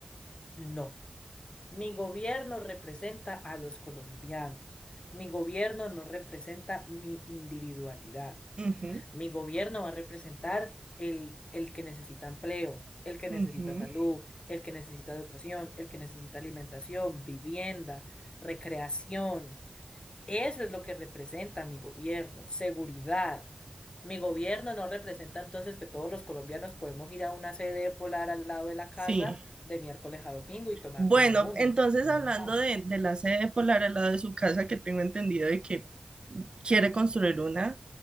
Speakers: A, on the left; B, on the right.
A: no. Mi gobierno representa a los colombianos. Mi gobierno no representa mi individualidad.
B: Ujú,
A: Mi gobierno va a representar el, el que necesita empleo, el que
B: ujú,
A: necesita salud, el que necesita educación, el que necesita alimentación, vivienda, recreación. Eso es lo que representa mi gobierno, seguridad. Mi gobierno no representa entonces que todos los colombianos podemos ir a una sede polar al lado de la casa
B: Sí.
A: de miércoles a domingo y tomar
B: Bueno,
A: Yonaguni.
B: entonces
A: No,
B: hablando de, de la sede polar al lado de su casa, que tengo entendido de que quiere construir una,